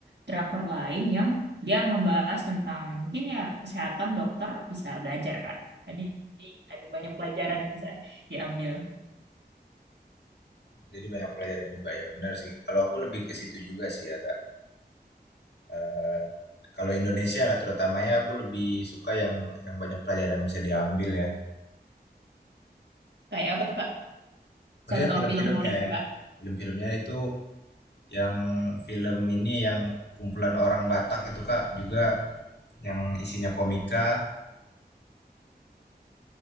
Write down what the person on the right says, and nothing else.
drakor lain yang dia ngebahas tentang mungkin ya kesehatan dokter bisa belajar Kak. Jadi ada banyak pelajaran yang bisa diambil.
Kayak apa tuh Kak?
Contoh
film favorit Kakak.